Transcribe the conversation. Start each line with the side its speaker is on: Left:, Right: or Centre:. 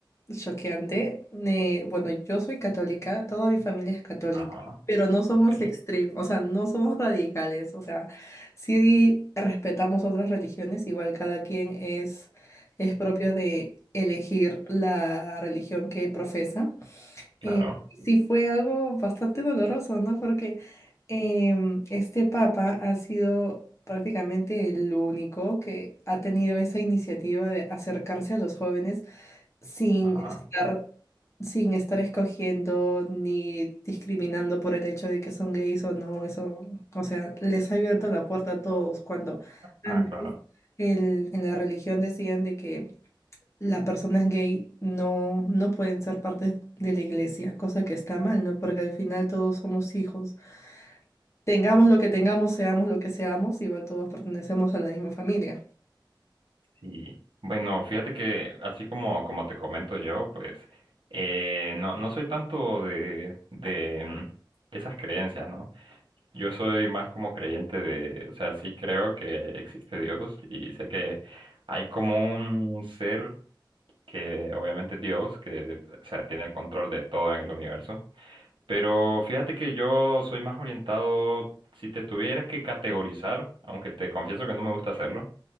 Left: Choqueante. Eh, bueno, yo soy católica, toda mi familia es católica,
Right: Ajá.
Left: pero no somos
Right: Okay,
Left: extremos, o sea, no somos radicales, o sea, sí respetamos otras religiones, igual cada quien es, es propio de elegir la religión que profesa.
Right: claro.
Left: Eh, sí fue algo bastante doloroso, ¿no? Porque em, este papa ha sido prácticamente el único que ha tenido esa iniciativa de acercarse a los jóvenes sin
Right: Ajá.
Left: estar, sin estar escogiendo ni discriminando por el hecho de que son gays o no, eso, o sea, les ha abierto la puerta a todos cuando antes
Right: Ah, claro.
Left: el- en la religión decían de que las personas gay no, no pueden ser parte de la iglesia, cosa que está mal, ¿no? Porque al final todos somos hijos. Tengamos lo que tengamos, seamos lo que seamos, igual todos pertenecemos a la misma familia.
Right: Sí. Bueno, fíjate que así como, como te comento yo, pues eh, no, no soy tanto de, de mm, esas creencias, ¿no? Yo soy más como creyente de, o sea, sí creo que existe Dios y sé que hay como un ser que obviamente es Dios, que, o sea, tiene el control de todo en el universo. Pero fíjate que yo soy más orientado, si te tuvieras que categorizar, aunque te confieso que no me gusta hacerlo,